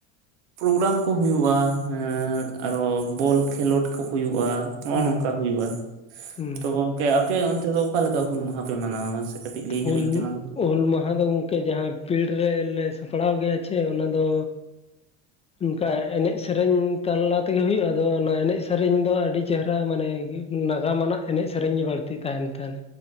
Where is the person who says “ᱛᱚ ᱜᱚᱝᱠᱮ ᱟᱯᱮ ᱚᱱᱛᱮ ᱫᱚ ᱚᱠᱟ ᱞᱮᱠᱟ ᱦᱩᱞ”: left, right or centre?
Right